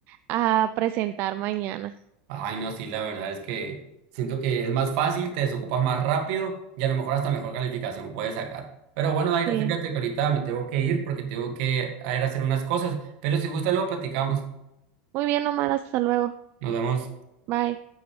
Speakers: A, on the right; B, on the right.
A: a presentar mañana.
B: Ay, no, sí, la verdad es que siento que es más fácil, te desocupas más rápido y a lo mejor hasta mejor calificación puedes sacar. Pero bueno,
A: Sí.
B: Daira, fíjate que ahorita me tengo que ir porque tengo que a ir a hacer unas cosas, pero si gusta luego platicamos.
A: Muy bien, Omar, hasta luego.
B: Nos vemos.
A: Bye.